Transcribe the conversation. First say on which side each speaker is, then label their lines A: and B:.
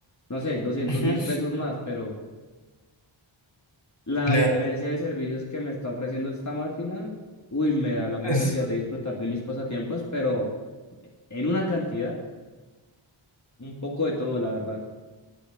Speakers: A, on the left (about 35°); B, on the left (about 55°).
A: no sé, doscientos
B: Ujú.
A: mil pesos más, pero la
B: Claro.
A: diferencia de servicios que me está ofreciendo esta máquina, uy, me da la
B: Es,
A: posibilidad de disfrutar de mis pasatiempos, pero en una cantidad, un poco de todo, la verdad.